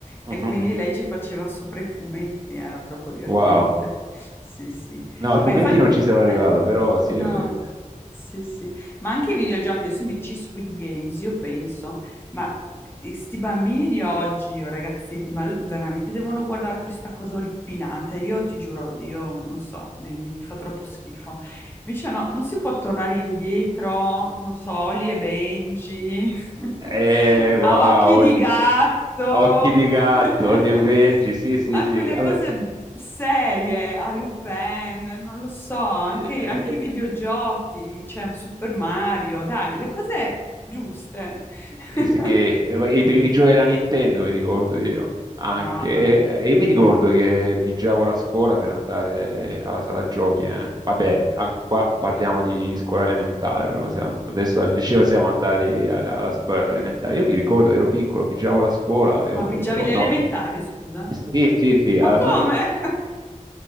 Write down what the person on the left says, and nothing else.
e
quindi lei ci faceva sopra i fumetti, era troppo divertente.
Sì, sì.
Ma
infatti,
eh,
no,
sì, sì. Ma anche i videogiochi, adesso mi dici Squid Games, io penso. Ma e sti bambini di oggi, o ragazzetti, ma l- veramente devono guardare questa cosa orripilante. Io ti giuro, io non so, mi, mi fa troppo schifo. Invece no, non si può tornare indietro, non so, Oli e Benji, <laughs>
a occhi di
gatto,
<laughs>
a
quelle
cose serie, a Lupin, non lo so, anche,
anche
i videogiochi, cioè Super Mario, dai, le cose giuste.
<laughs>
Mamma mia.
Ma bigiavi
le
elementari, scusa?
Ma
come?